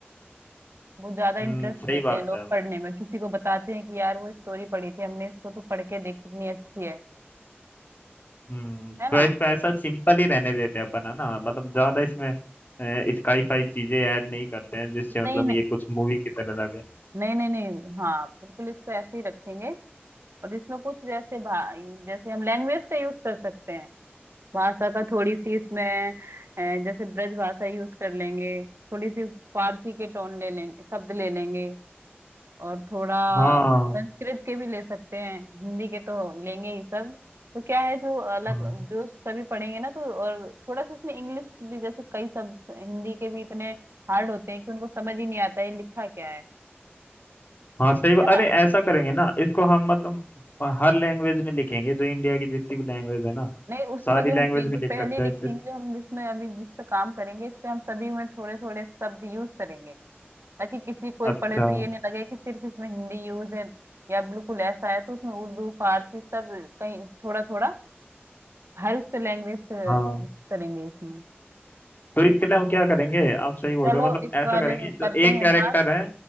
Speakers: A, on the right (about 80°); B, on the left (about 45°).
A: वो ज्यादा इंटरेस्ट
B: हम्म सही
A: लेते
B: बात
A: हैं लोग
B: है
A: पढ़ने में किसी को बताते हैं कि यार वो स्टोरी पढ़ी थी हमने इसको तो पढ़ के देख कितनी अच्छी है
B: हम्म
A: है ना
B: तो इसको ऐसा सिंपल ही रहने देते हैं अपन है ना मतलब ज्यादा इसमें स्काई फाई चीजें ऐड नहीं करते हैं जिससे मतलब
A: नहीं नहीं
B: ये कुछ मूवी की तरह लगे
A: नहीं नहीं नहीं हाँ बिल्कुल इसको ऐसे ही रखेंगे और इसमें कुछ जैसे भा जैसे हम लैंग्वेज का यूज कर सकते हैं भाषा का थोड़ी सी इसमें अ, जैसे ब्रज भाषा यूज कर लेंगे थोड़ी सी फारसी के टोन ले लेंगे शब्द ले लेंगे और थोड़ा
B: हाँ
A: संस्कृत के भी ले सकते हैं हिंदी के तो लेंगे ही शब्द तो क्या है जो अलग
B: हाँ
A: जो सभी पढ़ेंगे ना तो और थोड़ा सा इसमें इंग्लिश भी जैसे कई शब्द हिंदी के भी इतने हार्ड होते हैं कि उनको समझ ही नहीं आता है लिखा क्या है
B: हाँ सही बात-
A: है ना
B: अरे ऐसा करेंगे ना इसको हम मतलब हर लैंग्वेज में लिखेंगे जो इंडिया की जितनी भी लैंग्वेज है ना
A: नहीं उसमें
B: सारी
A: जो
B: लैंग्वेज
A: हम पे-
B: में
A: जो
B: लिख
A: पहले
B: सकते
A: लिखेंगे
B: हैं
A: जो हम इसमें अभी जिस पे काम करेंगे इस पे हम सभी में थोड़े थोड़े शब्द यूज करेंगे ताकि किसी कोई
B: अच्छा
A: पढ़े तो ये नहीं लगे कि सिर्फ इसमें हिंदी यूज है या बिल्कुल ऐसा है तो उसमें उर्दू फारसी सब कहीं थोड़ा थोड़ा हर उससे लैंग्वेज
B: हाँ
A: करेंगे इसमें
B: तो इसके लिए हम क्या करेंगे आप सही बोल
A: चलो
B: रहे हो मतलब
A: इस
B: ऐसा
A: वाले
B: करेंगे
A: में
B: जो
A: करते
B: एक
A: हैं
B: कैरेक्टर
A: बात
B: है